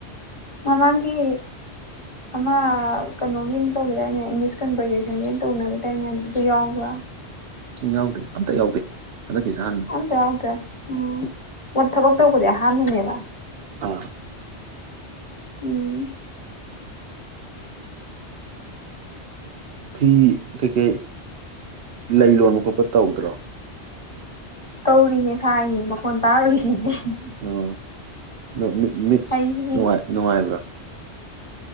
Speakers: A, on the left; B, on the right.
A: ꯃꯃꯥꯡꯒꯤ ꯑꯃ ꯀꯩꯅꯣꯒꯤ ꯑꯃ ꯇꯧꯒꯤꯗꯥꯏꯅꯦ ꯏꯪꯂꯤꯁ ꯀꯟꯕꯔꯖꯦꯁꯟꯒꯤ ꯇꯧꯅꯒꯗꯥꯏꯅꯦ ꯑꯗꯨ ꯌꯥꯎꯕ꯭ꯔ
B: ꯌꯥꯎꯗꯦ ꯑꯝꯇ ꯌꯥꯎꯗꯦ ꯍꯟꯗꯛꯀꯤꯁꯤꯅ ꯑꯍꯥꯟꯕꯅꯤ
A: ꯑꯝꯇ ꯌꯥꯎꯗꯦ ꯎꯝ ꯃ ꯊꯕꯛ ꯇꯧꯕꯖꯦ ꯑꯍꯥꯟꯕꯅꯦꯕ
B: ꯑ
A: ꯎꯝ
B: ꯐꯤ ꯀꯩꯀꯩ ꯂꯩ ꯂꯣꯟꯕ ꯈꯣꯠꯄ ꯇꯧꯗ꯭ꯔꯣ
A: ꯇꯧꯔꯤꯅꯦ ꯁꯥꯏꯅꯦ ꯃꯈꯣꯟ <unintelligible>
B: ꯑꯣ ꯑꯗꯣ ꯃꯤꯠ ꯃꯤꯠ
A: ꯑꯩꯒꯤ
B: ꯅꯨꯡꯉꯥꯏ ꯅꯨꯡꯉꯥꯏꯕ꯭ꯔꯥ